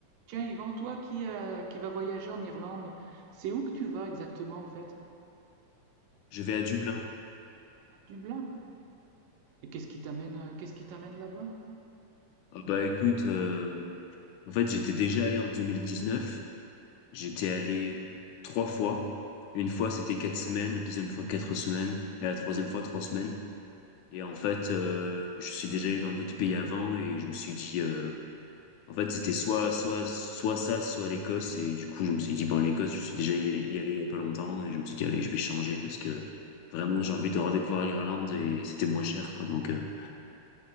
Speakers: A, on the right; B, on the left.
A: Tiens, Yvan, toi qui, euh, qui vas voyager en Irlande, c'est où que tu vas exactement au fait?
B: Je vais à Dublin.
A: À Dublin. Et qu'est-ce qui t'amène, euh, qu'est-ce qui t'amène là-bas?
B: Ah bah écoute, euh, en fait j'étais déjà allé en 2019. J'étais allé trois fois. Une fois c'était quatre semaines, la deuxième fois quatre semaines et la troisième fois trois semaines. Et en fait euh, je suis déjà allé dans d'autres pays avant et je me suis dit, euh, en fait c'était soit soit soit ça, soit l'Écosse. Et du coup je me suis dit bon l'Écosse je suis déjà y allé, y allé il y a pas longtemps et je me suis dit allez je vais changer parce que vraiment j'ai envie de redécouvrir l'Irlande et c'était moins cher quoi donc. euh,